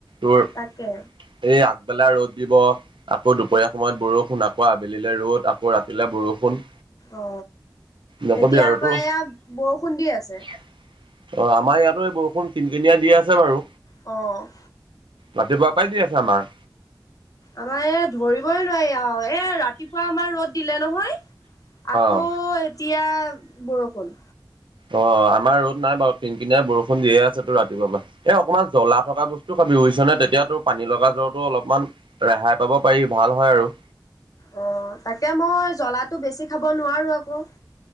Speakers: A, on the right; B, on the left.
A: তোৰ।
B: তাকে।
A: এই আগবেলা ৰ'দ দিব। আকৌ দুপৰীয়া সময়ত বৰষুণ আকৌ আবেলিলৈ ৰ'দ আকৌ ৰাতিলে বৰষুণ।
B: অ,
A: নকবি
B: এতিয়া
A: আৰু
B: আমাৰ
A: তো
B: ইয়াত বৰষুণ দি আছে।
A: অ, আমাৰ ইয়াতো বৰষুণ কিন কিনিয় দি আছে বাৰু।
B: অ'।
A: ৰাাতিপুৱাৰ পৰাই দি আছে আমাৰ
B: আমাৰ এ, ধৰিবই নোৱাৰি আৰু এ ৰাতিপুৱা আমাৰ ৰ'দ দিলে নহয়। আকৌ
A: অ
B: এতিয়া বৰষুণ।
A: অ, আমাৰ ৰ'দ নাই বাৰু কিনকিনিয়াই বৰষুণ দিয়ে আছে তো ৰাতিপুৱাবা। এ, অকণমান জ্বলা থকা বস্তু খাবি উৰিছ নে তেতিয়াতোৰ পানী লগা জ্বৰটো অলপমান ৰেহাই পাব পাৰি ভাল হয় আৰু।
B: অ, তাকে মই জ্বলাটো বেছি খাব নোৱাৰো আকৌ।